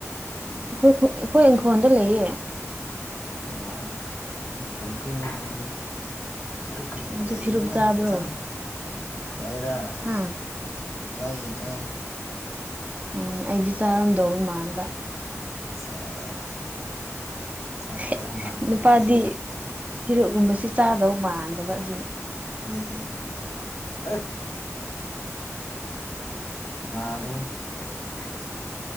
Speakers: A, on the right; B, on the left.
A: ꯑꯩꯈꯣꯏ ꯈꯨ ꯑꯩꯈꯣꯏ ꯏꯪꯈꯣꯜꯗ ꯂꯩꯌꯦ
B: ꯑꯣ ꯌꯥꯝ ꯐꯩꯀꯣ ꯃꯤꯗꯤ ꯄꯤꯔꯨꯛꯀ
A: ꯅꯪꯁꯨ
B: ꯂꯩꯗꯅ
A: ꯐꯤꯔꯨꯞ ꯆꯥꯕ꯭ꯔꯣ
B: ꯆꯥꯕꯅꯤ ꯆꯥꯢꯗꯥ
A: ꯍꯥ
B: ꯏꯁ ꯇꯥꯏꯌꯦ ꯇꯥꯏꯌꯦ
A: ꯎꯝ ꯑꯩꯗꯤ ꯆꯥꯔꯝꯗꯧꯕ ꯃꯥꯟꯕ
B: ꯁꯦꯁ <unintelligible>
A: ꯍꯦ
B: ꯃꯥꯟꯗꯕ
A: ꯅꯨꯄꯥꯗꯤ
B: ꯀꯥꯏꯅ
A: ꯄꯤꯔꯨꯛ ꯀꯨꯝꯕꯁꯤ ꯆꯥꯗꯧ ꯃꯥꯟꯗꯕ ꯑꯗꯨꯒꯤ
B: <unintelligible> ꯃꯥꯜꯂꯤꯍꯦ <unintelligible>